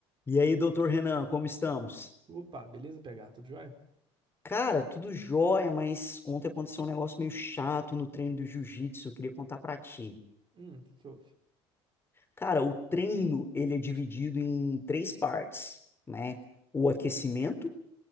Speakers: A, on the left; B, on the right.
A: E aí, doutor Renan, como estamos?
B: Opa, beleza, PH? Tudo jóia?
A: Cara, tudo jóia, mas ontem aconteceu um negócio meio chato no treino do jiu-jitsu, eu queria contar pra ti.
B: Hum, o que que houve?
A: Cara, o treino, ele é dividido em três partes, né? O aquecimento,
B: Uhum,